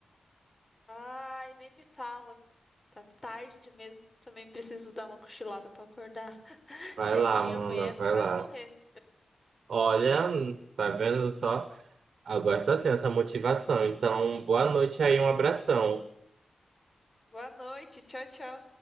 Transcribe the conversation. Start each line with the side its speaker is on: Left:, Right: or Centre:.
Left: Ai, nem me fala. Tá tarde mesmo. Também preciso dar uma cochilada pra acordar <laughs>
Right: Vai
Left: cedinho
Right: lá, mano,
Left: amanhã
Right: vai
Left: pra
Right: lá.
Left: correr.
Right: Olha, tá vendo só? Eu gosto assim, essa motivação. Então, boa noite aí, um abração.
Left: Boa noite, tchau, tchau.